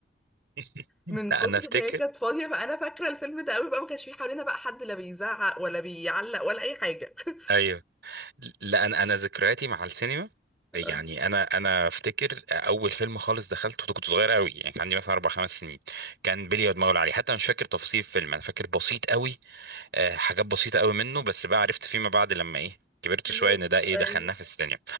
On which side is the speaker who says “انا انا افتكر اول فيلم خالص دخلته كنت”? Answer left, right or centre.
Right